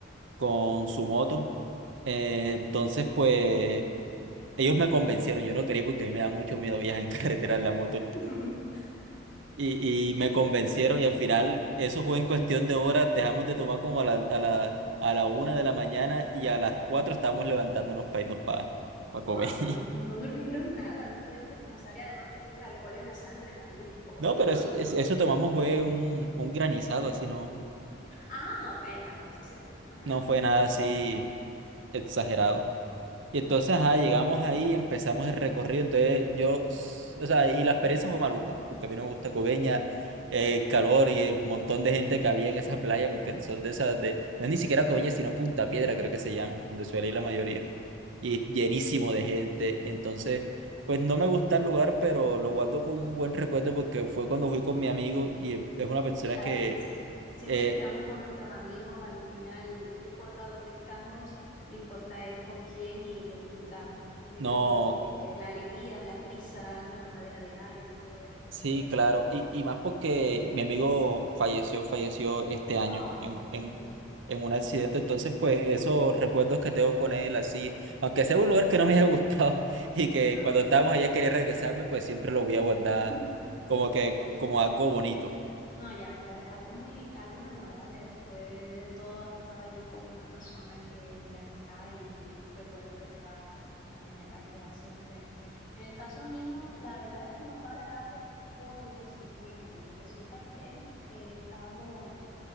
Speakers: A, on the right; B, on the left.
A: con su moto. Eh, entonces, pues ellos me convencieron, yo no creí porque a mí me da mucho miedo viajar en <laughs> carretera en la moto.
B: <laughs>
A: Y, y me convencieron y al final eso fue en cuestión de horas, dejamos de tomar como a la, a la, a la una de la mañana y a las cuatro estábamos levantándonos para irnos para comer.
B: Wow,
A: <laughs>
B: no, no durmieron nada, no pudieron descansar y además tenían el alcohol en la sangre también, un poco
A: No,
B: peligroso,
A: pero es- es-
B: ¿no?
A: eso tomamos fue un, un granizado, así no,
B: Ah, ok, vale, entonces pues no, nada.
A: no fue
B: <laughs>
A: nada así exagerado. Y entonces,
B: Mm,
A: ajá, llegamos ahí y empezamos el recorrido. Entonces, yo, s- o sea, y la experiencia fue maluca, porque a mí no me gusta Coveña, eh, el calor y el montón de gente que había en esa playa, porque son de esas de, no es ni siquiera Coveña, sino Punta Piedra, creo que se llama, donde suele
B: Ok.
A: ir la mayoría. Y es llenísimo de gente. Entonces, pues no me gusta el lugar, pero lo guardo con un buen recuerdo porque fue cuando fui con mi amigo y es una persona
B: Claro,
A: que
B: y si- siempre
A: eh,
B: que estamos con nuestros amigos, al final, no importa dónde estamos, lo importa es con quién y lo disfrutamos. Me
A: no.
B: imagino que la alegría, las risas, la mamadera de gallo y todo esto
A: Sí,
B: fue
A: claro, y, y más porque
B: bueno.
A: mi amigo falleció, falleció este año
B: Ah,
A: en,
B: ok.
A: en, en un accidente, entonces pues esos recuerdos que tengo con él, así, aunque sea un lugar que no me haya gustado <laughs> y que
B: No.
A: cuando estábamos allá quería regresarme, pues siempre lo voy a guardar
B: <laughs>
A: como que como algo bonito,
B: No, ya, claro, es algo muy, algo memorable. Después de todo, has estado allí con una persona que ya no está y es un recuerdo que te va a tener, a quedar siempre. En el caso mío, la verdad es que no fue agradable por lo siguiente. Resulta que eh, estábamos